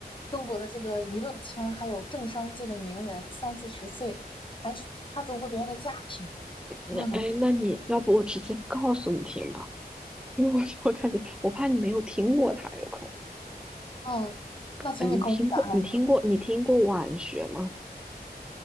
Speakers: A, on the left; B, in the centre.
A: 中国的这个娱乐圈还有政商界的名人，三四十岁还是插足过别人的家庭。
B: 那哎，
A: 嗯
B: 诶那你要不我直接告诉你听吧，因为我我感觉我怕你没有听过他有可能
A: 嗯，那请你公布答案吧。
B: 呃你听过你听过你听过晚学吗？